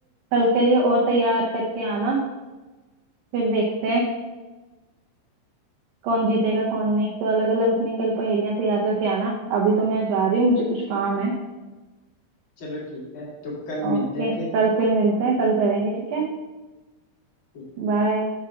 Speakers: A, on the right; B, on the left.
A: कल के लिए और तैयार करके आना फिर देखते हैं कौन जीतेगा कौन नहीं तो अलग अलग अपनी कल पहेलियां तैयार करके आना अभी तो मैं जा रही हूँ मुझे कुछ काम है
B: चलो ठीक है तो कल मिलते
A: ओके
B: हैं फिर
A: कल फिर मिलते हैं कल करेंगे ठीक है
B: ठीक है
A: बाय